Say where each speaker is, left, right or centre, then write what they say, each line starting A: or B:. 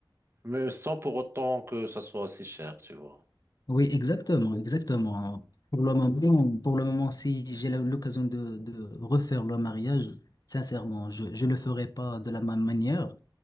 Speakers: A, on the right (about 30°); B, on the left (about 50°).
A: mais sans pour autant que ça soit aussi cher, tu vois.
B: oui, exactement, exactement. Pour le moment, pour le moment, si j'ai la- l'occasion de, de refaire le mariage, sincèrement, je, je le ferai pas de la même manière.